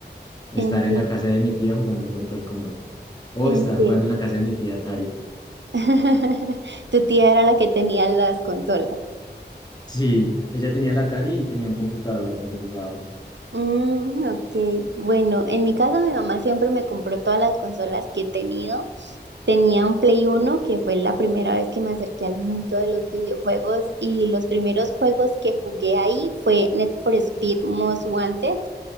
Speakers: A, on the left (about 20°); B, on the right (about 85°).
A: estar
B: Entiendo,
A: en la casa de mi tía jugando Mortal Kombat o
B: entiendo.
A: estar jugando en la casa de mi tía Atari.
B: <laughs> Tu tía era la que tenía las consolas.
A: Sí, ella tenía la Atari y tenía un computador donde jugábamos.
B: Mm, ok, bueno, en mi casa mi mamá siempre me compró todas las consolas que he tenido. Tenía un Play uno que fue la primera vez que me acerqué al mundo de los videojuegos y los primeros juegos que jugué ahí fue Need for Speed Most Wanted